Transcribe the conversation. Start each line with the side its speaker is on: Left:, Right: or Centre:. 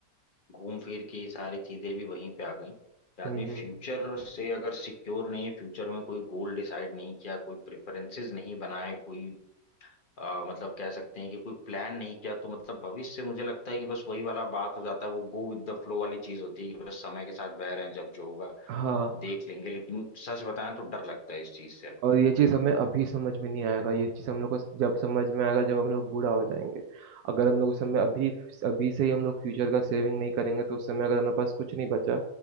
Left: घूम फिर के ये सारी चीजें भी वहीं पे आ गई कि आदमी
Right: हम्म
Left: फ्यूचर
Right: हम्म
Left: से अगर सिक्योर नहीं है फ्यूचर में कोई गोल डिसाइड नहीं किया कोई प्रेफरेंसेस नहीं बनाए कोई आ, मतलब कह सकते हैं कि कोई प्लान नहीं किया तो मतलब भविष्य से मुझे लगता है कि बस वही वाला बात हो जाता है वो गो विद द फ्लो वाली चीज होती है कि बस समय के साथ बह रहे हैं जब जो होगा
Right: हाँ
Left: देख लेंगे लेकिन सच बताएं तो डर लगता है इस चीज से अब।
Right: और ये चीज हमें अभी समझ में नहीं आएगा ये चीज हम लोग को जब समझ में आएगा जब हम लोग बूढ़ा हो जाएंगे अगर हम लोग उस समय अभी अभी से ही हम लोग फ्यूचर का सेविंग नहीं करेंगे तो उस समय अगर हमारे पास कुछ नहीं बचा